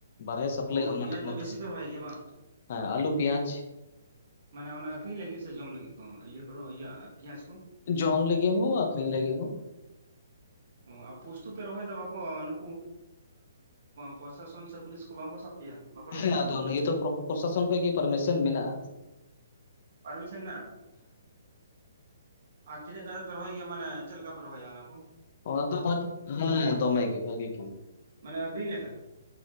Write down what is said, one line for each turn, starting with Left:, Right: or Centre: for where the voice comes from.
Left: ᱵᱟᱦᱨᱮ ᱥᱟᱯᱞᱟᱭᱚᱜ-ᱟ
Right: ᱚ ᱯᱮᱸᱭᱟᱡᱽ
Left: ᱚᱱᱟ
Right: ᱫᱚ ᱵᱮᱥᱤ ᱯᱮ ᱨᱚᱦᱚᱭ
Left: <inaudible>
Right: ᱜᱮᱭᱟ ᱵᱟᱝ
Left: ᱦᱮᱸ ᱟᱞᱩ ᱯᱮᱭᱟᱡᱽ
Right: ᱢᱟᱱᱮ ᱚᱱᱟ ᱟᱹᱠᱷᱨᱤᱧ ᱞᱟᱹᱜᱤᱫ ᱥᱮ ᱡᱚᱢ ᱞᱟᱹᱜᱤᱫ ᱠᱚ ᱤᱭᱟᱹ ᱠᱚᱫᱚ ᱤᱭᱟᱹ ᱯᱮᱸᱭᱟᱡᱽ ᱠᱚ
Left: ᱡᱚᱢ ᱞᱟᱹᱜᱤᱜ ᱦᱚᱸ ᱟᱹᱠᱷᱨᱤᱧ ᱞᱟᱹᱜᱤᱜ ᱦᱚᱸ
Right: ᱚ ᱯᱩᱥᱛᱩ ᱯᱮ ᱨᱚᱦᱚᱭ ᱫᱟ ᱵᱟᱠᱚ ᱱᱩᱠᱩ ᱯᱨᱚᱥᱟᱥᱚᱱ ᱥᱮ ᱯᱩᱞᱤᱥ ᱠᱚ ᱵᱟᱝᱠᱚ ᱥᱟᱵ ᱯᱮᱭᱟ ᱵᱟᱠᱚ ᱞᱟᱹᱭ ᱟᱯᱮᱭᱟ
Left: ᱮ ᱟᱫᱚ ᱞᱟᱹᱭ ᱫᱚ ᱯᱨᱚᱵ ᱯᱨᱚᱥᱟᱥᱚᱱ ᱠᱷᱚᱡ ᱜᱤ ᱯᱟᱨᱢᱤᱥᱚᱱ ᱢᱮᱱᱟᱜᱼᱟ ᱾
Right: ᱯᱟᱨᱢᱤᱥᱟᱱ ᱱᱟ ᱟᱨ ᱛᱤᱱᱟᱹᱜ ᱠᱟᱛᱮ ᱯᱮ ᱨᱚᱦᱚᱭ ᱜᱮᱭᱟ ᱢᱟᱱᱮ ᱪᱮᱜ ᱞᱮᱠᱟᱯᱮ ᱨᱚᱦᱚᱭᱟ ᱚᱱᱟ ᱠᱩ ᱾
Left: ᱚᱱᱟ ᱫᱚ ᱵᱚᱫ ᱦᱮᱸ ᱫᱚᱢᱮ ᱜᱮ ᱵᱷᱟᱜᱤ
Right: ᱢᱟᱱᱮ ᱟᱠᱷᱨᱤᱧ ᱞᱮᱠᱟ